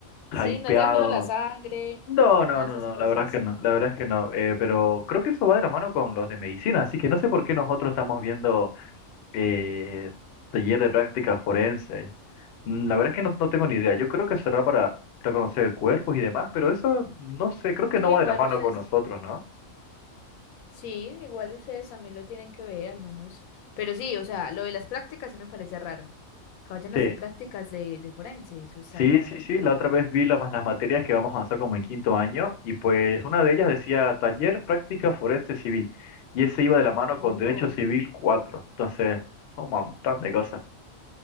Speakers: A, on the left; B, on the left.
A: Sí,
B: hypeado.
A: no te da miedo la sangre,
B: No, no,
A: nada
B: no,
A: de esas
B: no,
A: cosas.
B: la verdad es que no, la verdad es que no, eh, pero creo que eso va de la mano con los de medicina, así que no sé por qué nosotros estamos viendo eh, taller de práctica forense. Mm, La verdad es que no, no tengo ni idea. Yo creo que será para reconocer cuerpos y demás, pero eso no sé, creo que
A: Sí,
B: no va
A: igual
B: de la mano
A: ustedes.
B: con nosotros, ¿no?
A: Sí, igual ustedes también lo tienen que ver, al menos. Pero sí, o sea, lo de las prácticas sí me parece raro. Que vayan
B: Sí,
A: a hacer prácticas de, de forense, eso está
B: sí,
A: raro.
B: sí, sí. La otra vez vi las, las
A: Mm.
B: materias que vamos a avanzar como en quinto año y pues una de ellas decía taller práctica forense civil y ese iba de la mano
A: Oh,
B: con derecho civil 4. Entonces, un montón de cosas.